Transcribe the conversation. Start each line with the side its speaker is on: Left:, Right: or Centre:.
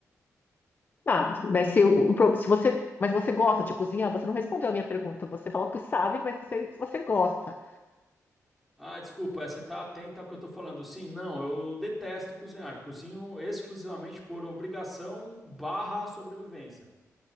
Left: Tá, mas se, o, o pro- se você, mas você gosta de cozinhar? Você não respondeu a minha pergunta. Você falou que sabe, mas não sei se você gosta.
Centre: Ah, desculpa, é, você tá atento ao que eu tô falando. Sim, não, eu detesto cozinhar. Cozinho exclusivamente por obrigação barra sobrevivência.